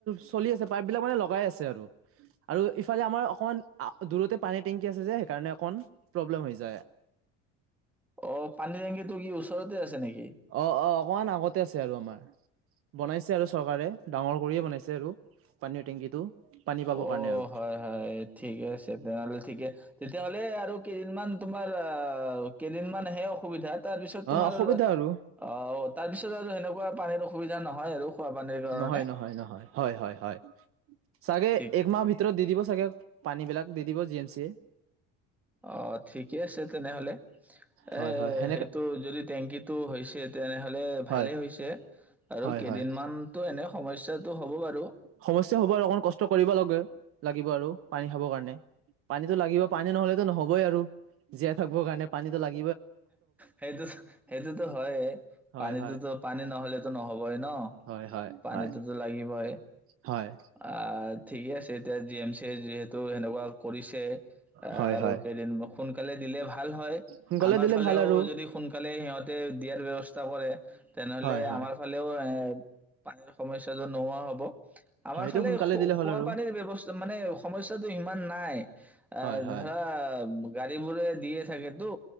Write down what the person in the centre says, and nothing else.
অ পানী টেংকিটো কি আছে নেকি
অঁ
হয় হয় ঠিকে আছে তেনেহ'লে ঠিকে তেতিয়াহ'লে আৰু কেইদিনমান তোমাৰ আঁহ কেইদিনমানহে অসুবিধাত তাৰ পিছত তোমাৰ
অঁ তাৰপিছত আৰু সেনেকুৱা পানীৰ অসুবিধা নহয় আৰু খোৱা পানীৰ কাৰণে
ঠিক
অঁ ঠিকে আছে তেনেহলে
এ
সেইটো যদি টেংকিত তটো হৈছে তেনেহ'লে ভালেই
হৈছে আৰু
কেইদিনমানতো
এনে সমস্যাটো হ'ব বাৰু
সেইটো, সেইটোতো হয়ে।
পানীটোতো
পানী নহলেতো নহবই ন?
পানীটোতো
লাগিবই।
আহ ঠিকে আছে এতিয়া জি এম চি যিহেতু, সেনেকুৱা কৰিছে
আৰু
কেইদিন সোনকালে দিলে ভাল। হয়।
আমাৰ
ফালেও
যদি সোনকালে সিহঁতে দিয়াৰ ব্যৱস্থা কৰে। তেনেহ'লে
আমাৰ ফালেও এ পানীৰ সমস্যাটো নোহোৱা হ'ব। আমাৰ
ফালে
খোৱাাপানীৰ
ব্যৱস্থা মানে সমস্যাটো ইমান নাই। আহ
ধৰা গাড়ী বোৰে দিয়ে থাকেতো।